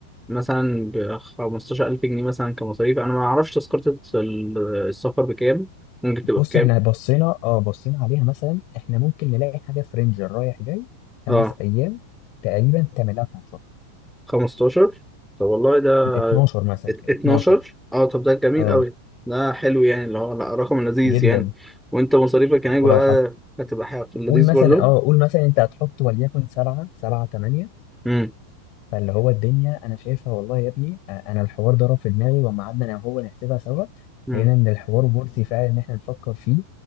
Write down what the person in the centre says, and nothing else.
مثلا ب 15000 جنيه مثلا كمصاريف انا ما اعرفش تذكرة السفر بكام ممكن تبقى
بكام
اه
15 طب والله ده
ات- 12
اه طب ده جميل
قوي ده حلو يعني اللي هو لا رقم لذيذ
يعني وانت مصاريفك هناك
بقى
هتبقى حاجة في اللذيذ
برضو
امم
امم